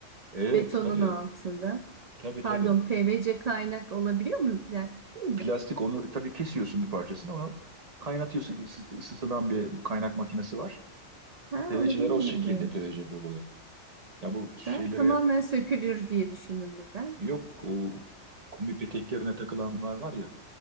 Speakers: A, on the right (about 35°); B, on the right (about 80°).
A: Evet
B: betonun
A: tabii.
B: altında.
A: Tabii
B: Pardon
A: tabii.
B: PVC kaynak olabiliyor mu? Plastik değil mi?
A: Plastik onu tabii kesiyorsun bir parçasını onu kaynatıyorsun. Isıt, ısıtılan bir kaynak makinesi var.
B: Ha,
A: PVC'ler
B: onu bilmiyordum.
A: o şekilde PVC boruları. Ya bu şeylere
B: Ben tamamen sökülür diye düşündüm birden.
A: yok o kombi peteklerine takılanlar var ya